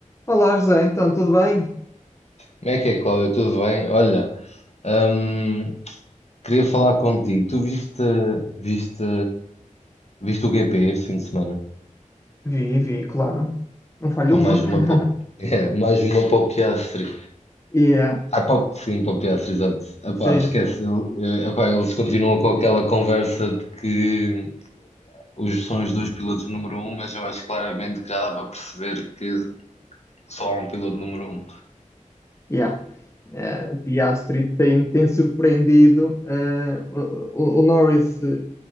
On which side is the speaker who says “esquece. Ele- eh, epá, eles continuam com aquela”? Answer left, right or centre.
Left